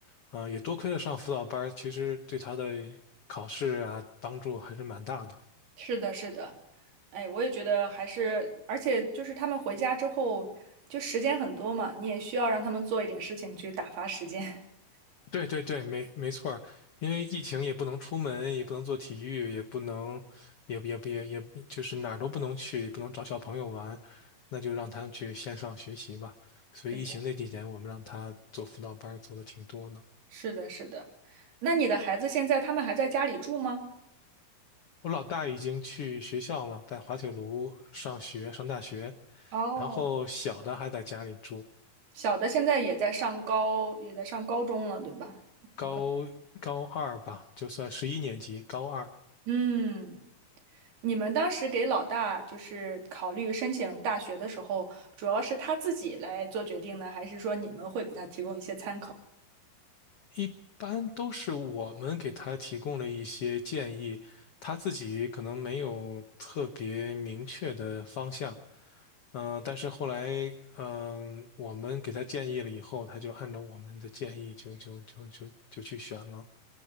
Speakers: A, on the left (about 75°); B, on the right (about 80°).
A: 啊，也多亏了上辅导班儿，其实对他的考试啊帮助还是蛮大的。
B: 是的，是的，哎，我也觉得还是，而且就是他们回家之后，就时间很多嘛，你也需要让他们做一点事情去打发时间。<laughs>
A: 对对对，没没错儿，因为疫情也不能出门，也不能做体育，也不能，也也也也，就是哪儿都不能去，也不能找小朋友玩，那就让他们去线上学习吧。所以疫情那几年，
B: 是的。<laughs>
A: 我们让他做辅导班儿，做的挺多的。
B: 是的，是的。那你的孩子现在他们还在家里住吗？
A: 我老大已经去学校了，在滑铁卢上学，上大学，
B: 哦。
A: 然后小的还在家里住，
B: 小的现在也在上高，也在上高中了，对吧？
A: 高高二吧，
B: 很快。
A: 就算十一年级，高二
B: 嗯，你们当时给老大就是考虑申请大学的时候，主要是他自己来做决定呢，还是说你们会给他提供一些参考？
A: 一般都是我们给他提供了一些建议，他自己可能没有特别明确的方向。嗯、但是后来，嗯、我们给他建议了以后，他就按照我们的建议就就就就就去选了。